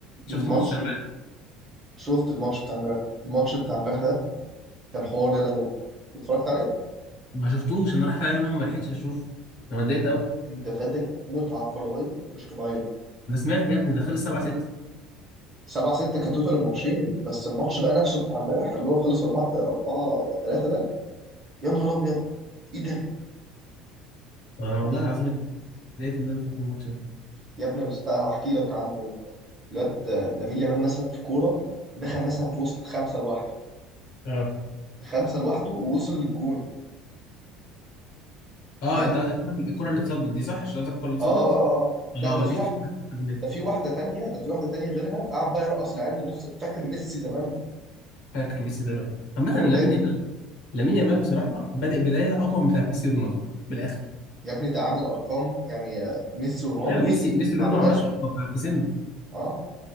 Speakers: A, on the left (about 70°); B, on the right (about 35°).
A: شفت
B: الماتش
A: ماتش امبارح
B: شفت الماتش بتاع امبارح الماتش بتاع امبارح ده كان حوار يا لمود اتفرجت عليه
A: ما شفتوش انا رحت عليه نوم ما لحقتش اشوف انا اتضايقت قوي
B: انت فاتك متعة كروية مش طبيعية
A: انا سمعت يا ابني ده خلص 7 6
B: 7 6 كتوتال الماتشين بس الماتش بقى نفسه بتاع امبارح اللي هو خلص 4 4 3 ده يا نهار ابيض ايه ده
A: آه
B: وال-
A: والله العظيم اتضايقت ان انا فاتني الماتش ده
B: يا ابني انا است- هحكي لك عنه الواد لامين يامال مثلا في كورة دخل مثلا في وسط خمسة لوحده
A: اه
B: خمسة لوحده ووصل للجون
A: اه
B: يعني
A: انت الكرة اللي اتصدت دي صح شفتك الكرة اللي اتصدت
B: اه اه اه آه.
A: اه
B: لا ده في
A: دي
B: واحدة
A: شفتها على النت
B: ده في واحدة تانية ده في واحدة تانية غيرها قعد بقى يرقص العيال من النص فاكر ميسي زمان
A: فاكر ميسي زمان عامة
B: الكوره
A: لامين
B: اللي هي
A: يامال لامين
B: مم.
A: يامال بصراحة بادئ بداية اقوى من بتاع ميسي ورونالدو بالاخر
B: يا ابني ده عامل ارقام يعني آه، ميسي ورونالدو
A: ايوه ميسي
B: في سنه
A: ميسي
B: ما
A: رونالدو
B: عملهاش
A: ما لهاش في في سنه
B: اه